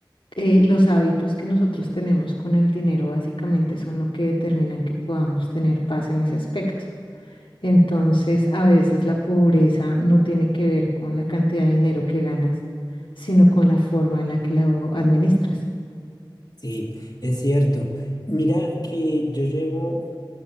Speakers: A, on the left; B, on the left.
A: eh, los hábitos que nosotros tenemos con el dinero básicamente son lo que determinan que podamos tener paz en ese aspecto. Entonces, a veces la pobreza no tiene que ver con la cantidad de dinero que ganas, sino con la forma en la que lo administras.
B: Sí, es cierto. Mira que yo llevo